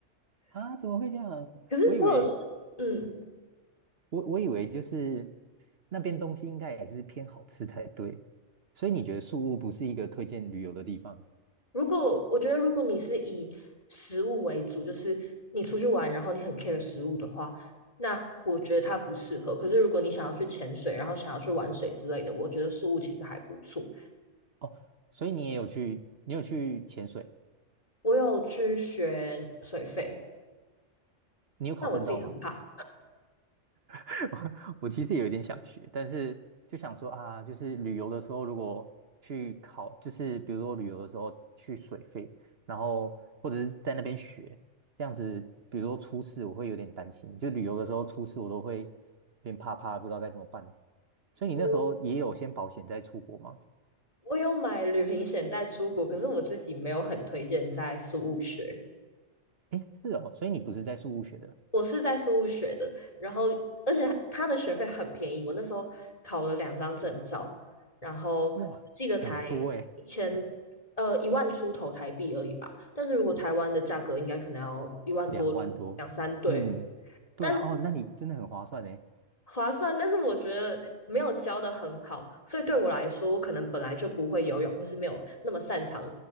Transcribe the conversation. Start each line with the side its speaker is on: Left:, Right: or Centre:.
Right: 啊，怎么会这样？
Left: 可是我有试，
Right: 我以为
Left: 嗯，
Right: 我我以为就是那边东西应该也是偏好吃才对，所以你觉得宿屋不是一个推荐旅游的地方
Left: 如果我觉得如果你是以食物为主，就是你出去玩，然后你很 care 食物的话，那我觉得它不适合。可是如果你想要去潜水，然后想要去玩水之类的，我觉得宿物其实还不错。
Right: 哦？所以你也有去，你有去潜水，
Left: 我有去学水肺，
Right: 你有考证照吗？
Left: 但我自己很怕。
Right: <laughs> 我其实也有点想学，但是就想说啊，就是旅游的时候如果去考，就是比如说旅游的时候去水费，然后或者是在那边学，这样子，比如说出事，我会有点担心。就旅游的时候出事，我都会有点怕怕，不知道该怎么办。所以你那时候也有先保险再出国吗？
Left: 我。我有买旅行险在出国，可是我自己没有很推荐在苏务学。
Right: 诶，是哦，所以你不是在宿务学的，
Left: 我是在苏务学的，然后而且他的学费很便宜，我那时候考了两张证照，然后记得才一千呃一万出头台币而已吧。
Right: 哇，很多诶，
Left: 但是如果台湾的价格，应该可能要一万多两两三对。
Right: 两万多，嗯，对啊，
Left: 但是
Right: 哦，那你真的很划算呢。
Left: 划算，但是我觉得没有教的很好，所以对我来说，我可能本来就不会游泳，或是没有那么擅长，